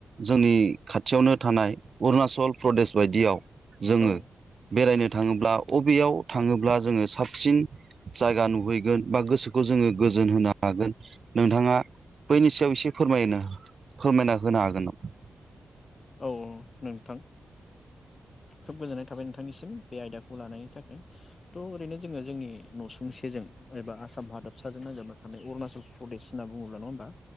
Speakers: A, on the right (about 40°); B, on the left (about 35°).
A: जोंनि खाथियावनो थानाय अरुणाचल प्रदेश बायदियाव जोङो
B: औ
A: बेरायनो थाङोब्ला बबेयाव थाङोब्ला जोङो साबसिन जायगा नुहैगोन बा गोसोखौ जोङो गोजोन होनो हागोन नोंथाङा बैनि सायाव एसे फोरमायनो फोरमायना होनो हागोन नामा
B: औ नोंथां खोब गोजोननाय थाबाय नोंथांनिसिम बे आयदाखौ लानायनि थाखाय थ' ओरैनो जोङो जोंनि न'सुंसेजों एबा आसाम हादाबसाजों नांजाबना थानाय अरुणाचल प्रदेश होनना बुङोब्ला नङा होनबा